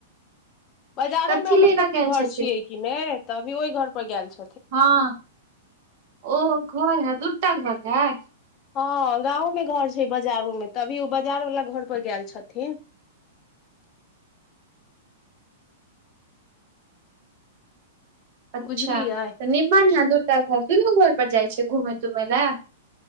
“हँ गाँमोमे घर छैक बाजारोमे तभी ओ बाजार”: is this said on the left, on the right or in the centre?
Left